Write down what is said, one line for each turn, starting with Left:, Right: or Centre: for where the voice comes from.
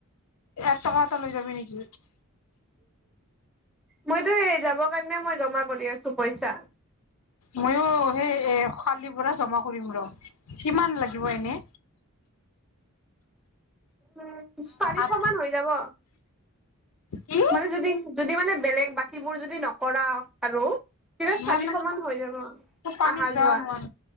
Left: এটা এটা লৈ যাবি নেকি?
Centre: মইতো সে যাবৰ কাৰণে মই জমা কৰি আছো পইচা
Left: মইয়ো সেই এ জা কৰিম ৰ কিমান লাগিব এনে
Centre: উ চাৰিশ
Left: আঠ
Centre: মান হৈ যাব
Left: কি
Centre: মানে যদি যদি মানে বেলেগ বাকীবোৰ যদি নকৰা আৰু কিবা
Left: ইমান
Centre: চাৰিশ মান হৈ যাব
Left: পানীত
Centre: অহা
Left: যাব
Centre: যোৱা
Left: মন